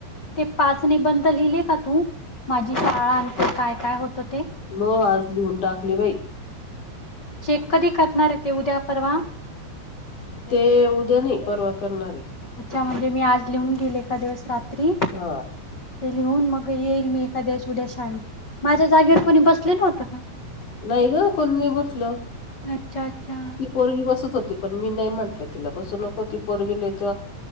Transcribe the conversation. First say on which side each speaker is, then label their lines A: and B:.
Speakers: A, on the left (about 85°); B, on the left (about 45°).
A: ते पाच निबंध लिहिले का तू, माझी शाळा अन ते काय-काय होतं ते?
B: मग आज लिहुन टाकले बाई
A: चेक कधी करणार ए ते, उद्या... परवा <unintelligible>
B: ते उद्या नाही परवा करणारे
A: अच्छा म्हणजे मी आज लिहून गेले. एखाद्या वेळेस दिवस रात्री,
B: हा
A: हे लिहून मग येईल मी एका दिवस उद्या शाळेत माझ्या जागेवर कोणी बसले होतं? का?
B: नाही गं, कोण नाही बसलं...
A: अच्छा अच्छा.
B: ती पोरगी बसत होती. पण मी नाही म्हंटले तिला, बसू नको ती पोरगी नई तर